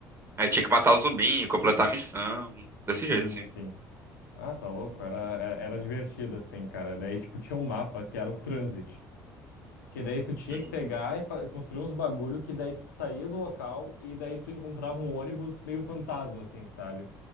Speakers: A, on the right; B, on the left.
A: aí tinha
B: Sim,
A: que matar o zumbinho, completar a missão. Desse jeito,
B: sim.
A: assim.
B: sim. Ah, tá louco. Era, é- era divertido, assim, cara. Daí, tipo, tinha um mapa que era o Transit. Que daí tu tinha
A: Hum,
B: que pegar e fa- construir uns bagulho que daí tu saía do local e daí tu encontrava um ônibus meio fantasma, assim, sabe?